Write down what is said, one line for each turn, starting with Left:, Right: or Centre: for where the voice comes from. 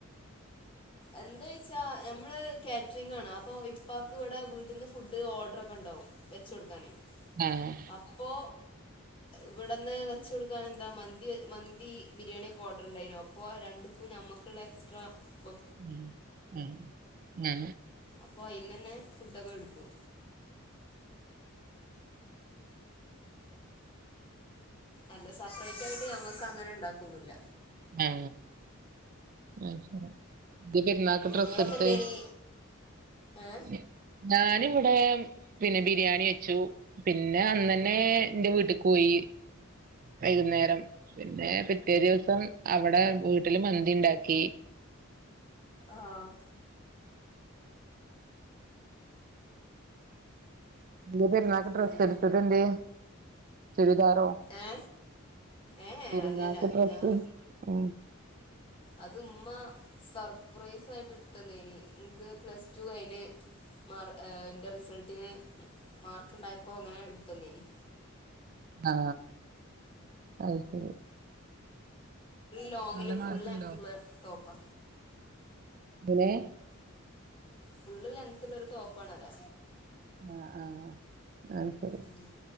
Left: എന്ത്‌ കയിച്ചാ ഞമ്മള് കാറ്ററിംഗ് ആണ് അപ്പൊ ഇപ്പാക്ക് ഇവിടെ വീട്ട്ന്ന് ഫുഡ് ഓർഡർ ഒക്കെ ഒണ്ടാവും വെച്ചൊടുക്കാനേ
Right: ആഹ്
Left: അപ്പോ ഇവിടന്ന് വെച്ച് കൊടുക്കാൻ എന്താ മന്തി മന്തീ ബിരിയാണി ഒക്കെ ഓർഡർണ്ടായിനു അപ്പോ രണ്ടുക്കു ഞാ നമ്മക്കുള്ള എക്സ്ട്രാ <unintelligible>
Right: ഉം ഉം ആ
Left: അപ്പോ അയിന്നന്നെ ഫുഡൊക്കെ എടുക്കും അല്ല സെപ്പറേറ്റ് ആയിട്ട് ഞങ്ങക്ക് അങ്ങനെ ഇണ്ടാക്കുന്നില്ല
Right: ആ അയ്ശരി ഇത് പെരുന്നാക്ക് ഡ്രസ്സ്
Left: നിങ്ങളൊക്കെ
Right: എടുത്തേ
Left: എന്തേനി ഏ
Right: <unintelligible> ഞാനിവിടേ പിന്നെ ബിരിയാണി വെച്ചു പി ന്നെ അന്നന്നേ എന്റെ വീട്ട്ക്ക് പോയി വൈകുന്നേരം പിന്നേ പിറ്റേ ദിവസം അവടെ വീട്ടില് മന്തിണ്ടാക്കീ.
Left: ആഹ്
Right: ല്യ പെരുന്നാൾക്ക്
Left: ഉം
Right: ഡ്രസ്സ് എടുത്തത് എന്ത്യേ ചുരിദാറോ
Left: ഏ ഏ
Right: പെരുന്നാക്ക്
Left: അല്ലല്ല
Right: ഡ്രസ്സ്
Left: ഞാൻ
Right: ഉം
Left: അത് ഉമ്മ സർപ്രൈസ് ആയിട്ട് എടുത്തന്നേനി എനിക്ക് പ്ലസ് ടൂ കയിന് മാർ ഏ എന്റെ റിസൾട്ടിന് മാർക്ക് ഉണ്ടായപ്പോ അങ്ങനെ എടുത്തന്നേനി
Right: ആ അത് ശരി
Left: ലോങ്ങില്
Right: നല്ല
Left: ഫുൾ
Right: മാർക്കുണ്ടോ
Left: ലെങ്ത് ഉള്ള ടോപ്പാ
Right: എങ്ങനെ
Left: ഫുള്ള് ലെങ്ത്തുള്ളോരു ടോപ്പണാത്
Right: ആ ആ അത്ശെരി
Left: ഉം